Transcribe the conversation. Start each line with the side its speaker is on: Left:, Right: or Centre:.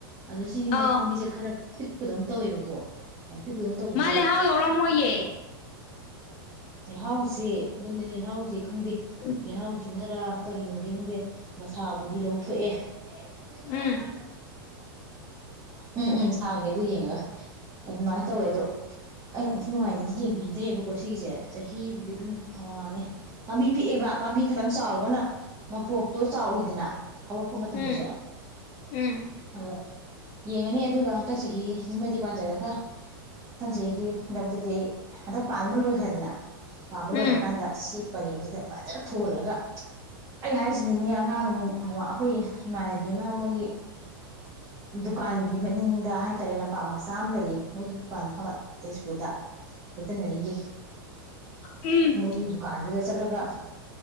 Right: ꯑꯗꯣ ꯁꯤꯗꯤ ꯃ
Left: ꯑꯥꯎ
Right: ꯄꯥꯝꯕꯤꯁꯦ ꯈꯔ ꯄꯤꯛꯄꯗꯧ ꯇꯧꯋꯦꯕꯀꯣ ꯄꯤꯛꯄꯗꯧ ꯇꯧꯕꯁꯦ
Left: ꯃꯥ ꯂꯩꯍꯥꯎ ꯌꯥꯎꯔꯝꯃꯣꯏꯌꯦ
Right: ꯂꯩꯍꯥꯎꯆꯦ ꯌꯨꯝꯗꯅꯦ ꯍꯧꯖꯤꯛ ꯊꯨꯝꯗꯤ
Left: ꯎꯝ
Right: ꯂꯩꯍꯥꯎꯁꯤ ꯁꯤꯅꯔꯥ ꯀꯔꯤꯅꯣꯗꯤ ꯈꯪꯗꯦ ꯃꯁꯥꯕꯨꯗꯤ ꯂꯣꯡꯊꯣꯛꯑꯦ ꯁꯤꯗꯒꯤ
Left: ꯎꯝ
Right: ꯑꯄꯥꯟꯕꯒꯤ ꯎꯝ ꯎꯝ ꯊꯥꯒꯦ ꯑꯗꯨ ꯌꯦꯡꯉꯒ ꯑꯗꯨꯃꯥꯏꯅ ꯇꯧꯋꯦ ꯑꯗꯣ ꯑꯩꯅ ꯏꯊꯤ ꯅꯨꯡꯉꯥꯏꯅꯗꯤ ꯌꯦꯡꯕꯤꯗ꯭ꯔꯦꯕꯀꯣ ꯁꯤꯒꯤꯁꯦ ꯆꯍꯤꯕꯨꯗꯤ ꯑꯗꯨꯝ ꯑꯝꯃꯅꯤ ꯄꯥꯝꯕꯤ ꯄꯤꯛ ꯑꯦꯕ ꯄꯥꯝꯕꯤ ꯈꯇꯪ ꯆꯥꯎꯔꯒꯅ ꯃꯄꯣꯞꯇꯣ ꯆꯥꯎꯋꯤꯗꯅ ꯍꯧꯔꯛꯄ ꯃꯇꯝꯗꯁꯨ
Left: ꯎꯝ ꯎꯝ
Right: ꯑꯗꯁꯨ ꯌꯦꯡꯉꯅꯤ ꯑꯗꯨꯒ ꯍꯟꯗꯛ ꯆꯍꯤꯁꯤꯃꯗꯤ ꯄꯥꯟꯖꯔꯒ ꯃꯊꯪ ꯆꯖꯤꯒꯤꯗꯃꯛꯇꯗꯤ ꯑꯩ ꯍꯟꯗꯛ ꯄꯥꯟꯕ ꯂꯣꯏꯈ꯭ꯔꯦꯗꯅ ꯄꯥꯟꯕ
Left: ꯎꯝ
Right: ꯂꯣꯏꯔ ꯁꯤ ꯄꯔꯦꯡꯁꯤꯗ ꯐꯖꯟꯅ ꯊꯣꯜꯂꯒ ꯑꯩ ꯍꯥꯏꯁꯤꯅꯤꯅꯦ ꯑꯉꯥꯡ ꯑꯩꯈꯣꯏ ꯏꯃꯥꯟꯅꯕꯤ ꯑꯃ ꯃꯣꯏꯒꯤ ꯗꯨꯀꯥꯟꯒꯤ ꯃꯅꯤꯡ ꯗ ꯍꯥꯏꯇꯥꯔꯦ ꯂꯝꯄꯥꯛ ꯃꯆꯥ ꯑꯃ ꯂꯩꯌꯦ ꯃꯣꯏꯗꯨ ꯗꯨꯀꯥꯟ ꯐꯝꯕ ꯇꯦꯖꯄꯨꯔꯗ ꯚꯦꯇꯤꯅꯔꯤꯒꯤ
Left: ꯎꯝ
Right: ꯃꯤꯒꯤ ꯗꯨꯀꯥꯟꯗꯨꯗ ꯆꯠꯂꯒ